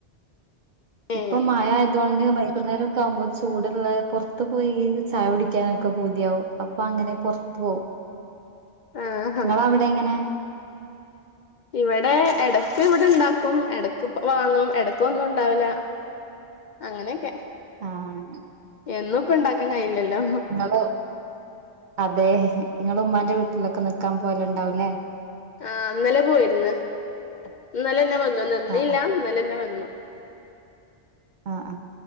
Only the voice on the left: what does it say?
ഏ
ആ ഹാ
ഇവിടെ ഇടക്ക് ഇവിടെ ഇണ്ടാക്കും ഇടക്ക് വാങ്ങും ഇടക് ഒന്നും ഉണ്ടാവുല്ല അങ്ങനെയൊക്കെ.
എന്നും ഇപ്പൊ ഇണ്ടാക്കാൻ കഴിയി ല്ലല്ലോ.
ആഹ് അന്നലെ പോയിരുന്ന്. ഇന്നലെന്നെ വന്നു നിന്നില്ല
ഇന്നലെന്നെ വന്നു